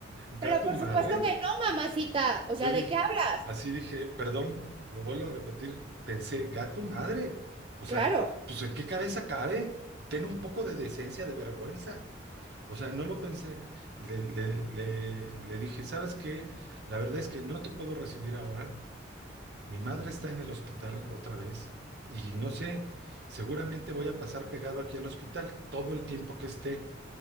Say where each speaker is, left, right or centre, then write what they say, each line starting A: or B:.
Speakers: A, on the right; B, on the right.
A: gato
B: pero por
A: madre.
B: supuesto que no, mamacita. O
A: Yo
B: sea,
A: dije,
B: ¿de qué hablas?
A: así dije, perdón, lo vuelvo a repetir, pensé, gato madre. O sea,
B: Claro.
A: pues ¿en qué cabeza cabe? Ten un poco de decencia, de vergüenza. O sea, no lo pensé. Y le, le- le- le dije, ¿sabes qué? La verdad es que no te puedo recibir ahora. Mi madre está en el hospital otra vez. Y no sé, seguramente voy a pasar pegado aquí al hospital todo el tiempo que esté.